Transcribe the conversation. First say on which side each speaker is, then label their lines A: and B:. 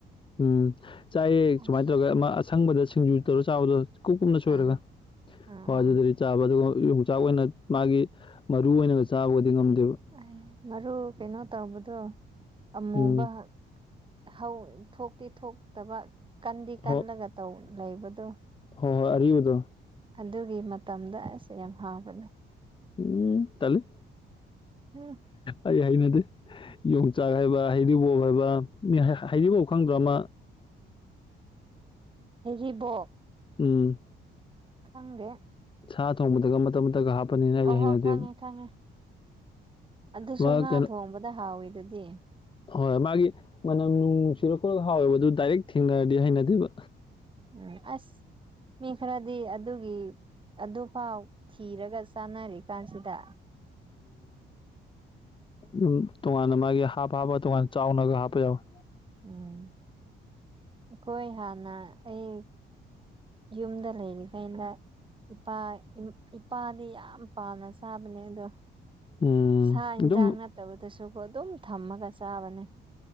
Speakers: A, on the left; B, on the right.
A: ꯎꯝ ꯆꯥꯏꯑꯦ
B: ꯑꯁ
A: ꯁꯨꯃꯥꯏꯅ ꯇꯧꯔꯒ ꯑꯃ ꯑꯁꯪꯕꯗ ꯁꯤꯡꯖꯨ ꯇꯧꯔ ꯆꯥꯕꯗꯨ ꯀꯨꯞ ꯀꯨꯨꯞꯅ ꯁꯣꯏꯔꯒ
B: ꯑꯥ ꯑꯥ
A: ꯍꯣꯏ ꯑꯗꯨꯗ ꯆꯥꯕ ꯑꯗꯨꯒ ꯌꯣꯡꯆꯥꯛ ꯑꯣꯏꯅ ꯃꯥꯒꯤ ꯃꯔꯨ ꯑꯣꯏꯅꯒ ꯆꯥꯕꯒꯗꯤ ꯉꯝꯗꯦꯕ
B: ꯑꯦ ꯃꯔꯨ ꯀꯩꯅꯣ ꯇꯧꯕꯗꯨ ꯑꯃꯨꯕ
A: ꯎꯝ
B: ꯍꯧ ꯊꯣꯛꯇꯤ ꯊꯣꯛꯇꯕ ꯀꯟꯗꯤ
A: ꯍꯣ
B: ꯀꯜꯂꯒ ꯇꯧ ꯂꯩꯕꯗꯣ
A: ꯍꯣꯏ ꯍꯣꯏ ꯑꯔꯤꯕꯗꯣ
B: ꯑꯗꯨꯒꯤ ꯃꯇꯝꯗ ꯑꯁ ꯌꯥꯝ ꯍꯥꯎꯕꯅꯦ
A: ꯎꯝ ꯇꯥꯟꯂꯤ
B: ꯍ <unintelligible>
A: ꯑꯩ ꯍꯩꯅꯗꯦ ꯌꯣꯡꯆꯥꯛ ꯍꯥꯏꯕ ꯍꯩꯔꯤꯕꯣꯕ ꯍꯥꯏꯕ ꯍꯩꯔꯤꯕꯣꯕ ꯈꯪꯗ꯭ꯔꯣ ꯑꯃ
B: ꯍꯩꯔꯤꯕꯣꯕ
A: ꯎꯝ
B: ꯈꯪꯗꯦ
A: ꯁꯥ ꯊꯣꯡꯕꯗꯒ ꯃꯇꯠ-ꯃꯇꯠꯀ ꯍꯥꯞꯄꯅꯤꯅꯦ ꯑꯩ
B: ꯑꯣꯍꯣ
A: ꯍꯩꯅꯗꯦꯕ
B: ꯈꯪꯉꯦ ꯈꯪꯉꯦ ꯑꯗꯨꯁꯨ
A: ꯃꯥ
B: ꯉꯥ
A: ꯀꯩꯅꯣ
B: ꯊꯣꯡꯕꯗ ꯍꯥꯎꯋꯤ ꯑꯗꯨꯗꯤ
A: ꯍꯣꯏ ꯃꯥꯒꯤ ꯃꯅꯝ ꯅꯨꯡꯁꯤꯕ ꯈꯣꯇꯂꯒ ꯍꯥꯎꯋꯦꯕ ꯑꯗꯨ ꯗꯥꯏꯔꯦꯛ ꯊꯦꯡꯅꯔꯗꯤ ꯍꯩꯅꯗꯦꯕ
B: ꯎꯝ ꯑꯁ ꯃꯤ ꯈꯔꯗꯤ ꯑꯗꯨꯒꯤ ꯑꯗꯨꯐꯥꯎ ꯊꯤꯔꯒ ꯆꯥꯟꯅꯔꯤ ꯀꯥꯟꯁꯤꯗ
A: ꯎꯝꯝ ꯇꯣꯉꯥꯟꯅ ꯃꯥꯒꯤ ꯍꯥꯞ ꯍꯥꯞꯄ ꯇꯣꯉꯥꯟꯅ ꯆꯥꯎꯅꯒ ꯍꯥꯞꯄ ꯌꯥꯎꯋꯦ
B: ꯎꯝ ꯑꯩꯈꯣꯏ ꯍꯥꯟꯅ ꯑꯩ ꯌꯨꯝꯗ ꯂꯩꯔꯤꯉꯩꯗ ꯏꯄꯥ ꯏꯄꯥꯗꯤ ꯌꯥꯝ ꯄꯥꯝꯅ ꯆꯕꯅꯦ ꯑꯗꯣ
A: ꯎꯝ
B: ꯁꯥ ꯍꯦꯟꯁꯥꯡ
A: ꯑꯗꯨꯝ
B: ꯅꯠꯇꯕꯗꯁꯨꯀꯣ ꯑꯗꯨꯝ ꯊꯝꯃꯒ ꯆꯥꯕꯅꯦ